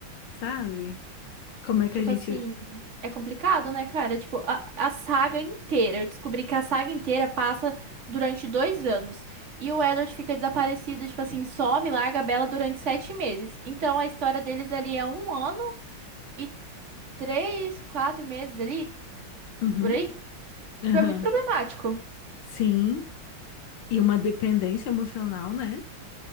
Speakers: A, on the left; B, on the right.
A: sabe? Como é que
B: Tipo
A: a gente.
B: assim, é complicado, né, cara? Tipo, a, a saga inteira. Eu descobri que a saga inteira passa durante dois anos. E o Edward fica desaparecido, tipo assim, some, larga a Bella durante sete meses. Então a história deles ali é um ano e três, quatro meses ali,
A: Uhum,
B: por aí.
A: aham,
B: Tipo, é muito problemático.
A: Sim. E uma dependência emocional, né?